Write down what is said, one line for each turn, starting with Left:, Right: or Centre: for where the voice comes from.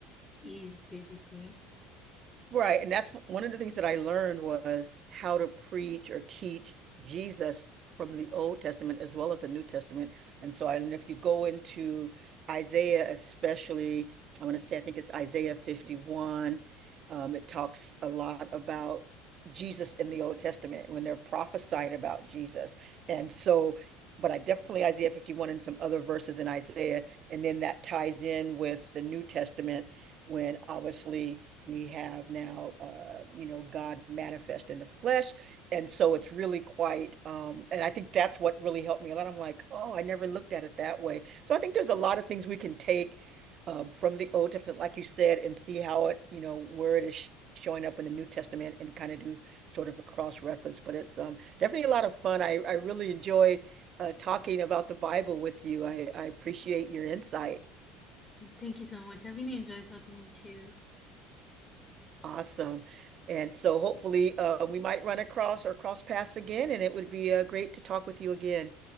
Left: is basically.
Right: Right. And that's one of the things that I learned was how to preach or teach Jesus from the Old Testament as well as the New Testament. And so I, and if you go into Isaiah, especially, I want to say, I think it's Isaiah 51, um, it talks a lot about Jesus in the Old Testament when they're prophesying about Jesus. And so, but I definitely Isaiah 51 and some other verses in Isaiah. And then that ties in with the New Testament when obviously we have now, uh, you know, God manifest in the flesh. And so it's really quite, um, and I think that's what really helped me a lot. I'm like, oh, I never looked at it that way. So I think there's a lot of things we can take um, from the Old Testament, like you said, and see how it, you know, where it is showing up in the New Testament and kind of do sort of a cross reference. But it's um, definitely a lot of fun. I, I really enjoyed uh, talking about the Bible with you. I, I appreciate your insight.
Left: Thank you so much. I really enjoyed talking with you.
Right: Awesome. And so hopefully uh, we might run across or cross paths again, and it would be uh, great to talk with you again.